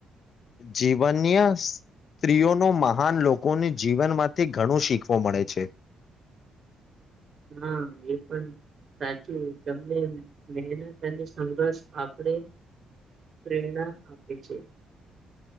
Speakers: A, on the left (about 55°); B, on the right (about 50°).
A: જીવન્ય સ્ત્રીઓનો મહાન લોકોને જીવનમાંથી ઘણું શીખવો મળે છે.
B: હા એ પણ સાચું તમને મહેનત અને સંઘર્ષ આપણે પ્રેરણા આપે છે.